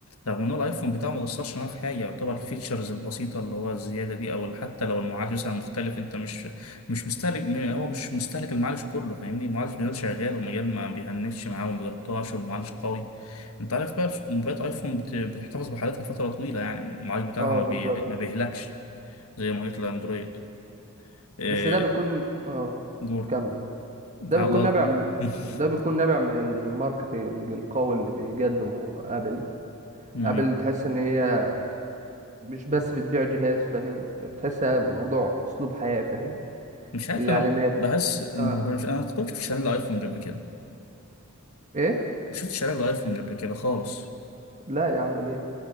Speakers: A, on the left; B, on the right.
A: رغم ان هو الايفون بتاعه ما قصرش معاه في حاجه يعتبر الفيتشرز البسيطه اللي هو الزياده دي او حتى لو المعالج مثلا مختلف انت مش مش مستهلك م- هو مش مستهلك المعالج كله فاهمني المعالج مازال شغال والمجال ما بيهنكش معاه وما بيقطعش والمعالج قوي انت عارف بقى موبايلات ايفون بت- بتحتفظ بحالتها فتره طويله يعني المعالج بتاعها
B: آه،
A: ما
B: بالظبط
A: بيه- ما بيهلكش زي معالجات الاندرويد آه،
B: بس ده بيكون اه
A: جور
B: كمل
A: بعضها
B: ده بيكون نابع
A: جور
B: م-
A: <laughs>
B: ده بيكون نابع من الماركتينج القوي اللي بيقدمه ابل
A: مم.
B: ابل تحس ان هي مش بس بتبيع جهاز فاهم بتحسها موضوع اسلوب حياة فاهم
A: مش عارف
B: الاعلانات
A: انا بحس مش
B: اه
A: انا ما كنتش في شارع الايفون قبل كده
B: ايه
A: ما شفتش شارع الايفون قبل كده خالص
B: لا يا عم ليه